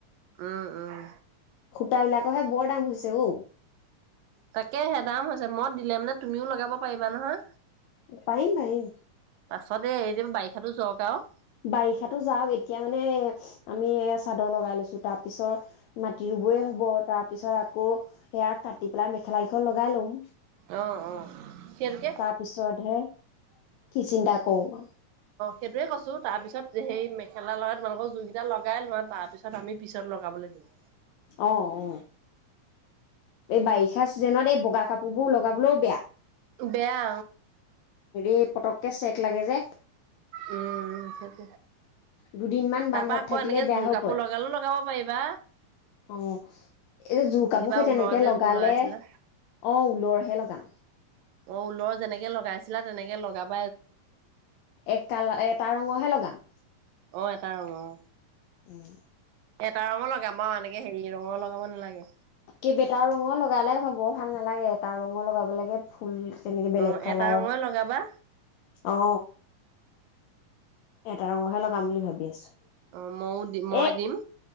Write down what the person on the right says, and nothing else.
উম-উম।
তাকেহে ডাম হৈছে মই দিলে মানে তুমিও লগাব পাৰিবা নহয়?
পাছত এ যে বাৰিষাটো যাওক <unintelligible>
অ অ সেইটোকে
সেইটোৱেই কৈছো তাঁত তাৰপিছত সেই মেখেলা লগাই তোমালোকৰ জোৰ কেইটা লগাই লোৱা তাৰপিছত আমি পিছত লগাবলৈ দিম।
বেয়া।
উম সেইটো।
তাৰপা
আকৌ
এনেকে
জোৰ
কাপোৰ
লগালেও লগাব পাৰিবা।
এইবাৰ
ঊলৰ যে
জোৰ লগাইছিলা
অ, ঊলৰ যেনেকে লগাইছে। তেনেকে লগাব।
অ এটা ৰঙৰ অ
এটা ৰঙৰ লগাম আৰু এনেকে হেৰি। ৰঙৰ লগাব নালাগে।
অ
এটা ৰঙৰে লগাবা
অ মইও দি মই
দিম